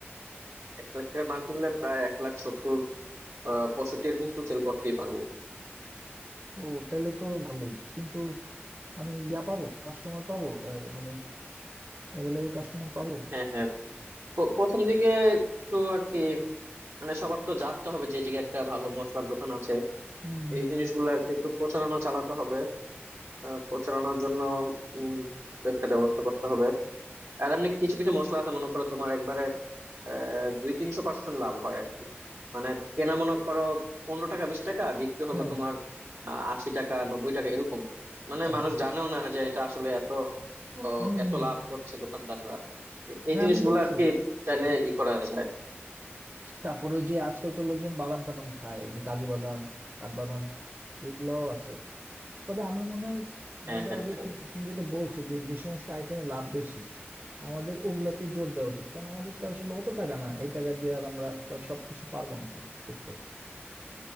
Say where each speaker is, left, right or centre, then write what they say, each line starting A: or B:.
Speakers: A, on the right (about 85°); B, on the right (about 50°).
A: এক লাখ টাকার মাল কিনলে প্রায় এক লাখ সত্তর আহ পঁয়ষট্টি এরকম তো সেল করতেই পারবো
B: ও তাহলে তো ভালোই কিন্তু আমি ইয়া পাবো কাস্টমার পাবো আহ, মানে অ্যাভেলেবল কাস্টমার পাবো
A: হ্যাঁ হ্যাঁ প্র- প্রথম দিকে একটু আর কি মানে সবার তো জানতে হবে যে এই জায়গায় একটা ভালো মশলার দোকান আছে
B: হুম
A: এই জিনিসগুলো আর কি একটু প্রচারণা চালাতে হবে আহ, প্রচারণার জন্য উম, একটা ব্যবস্থা করতে হবে আর এমনি কিছু কিছু মশলা আছে মনে করো তোমার একবারে আহ, দুই তিনশো পার্সেন্ট লাভ হয় আর কি মানে কেনা মনে করো পনেরো টাকা বিশ টাকা বিক্রি হলো
B: হ্যাঁ
A: তোমার আহ, আশি টাকা নব্বই টাকা এরকম মানে
B: খাইছে
A: মানুষ জানেও না যে এটা আসলে এত ও,
B: হুম
A: এত লাভ করছে দোকানদাররা এ- এই
B: হ্যাঁ
A: জিনিসগুলো
B: আমি দেখছি
A: আর কি চাইলে ই করা যায়
B: তারপর ওই যে আজকাল তো লোকজন বাদাম টাদাম খায় এই যে কাজু বাদাম কাঠবাদাম এগুলোও আছে তবে আমার মনে হয়
A: হ্যাঁ
B: আমাদের
A: হ্যাঁ
B: আগে
A: হ্যাঁ
B: তুমি তুমি যেটা বলছো যে যে সমস্ত আইটেমে লাভ বেশি আমাদের ওগুলাতে জোর দেওয়া উচিত কারণ আমাদের তো আসলে অত টাকা না এই টাকা দিয়ে আর আমরা তো আর সবকিছু পারবো না করতে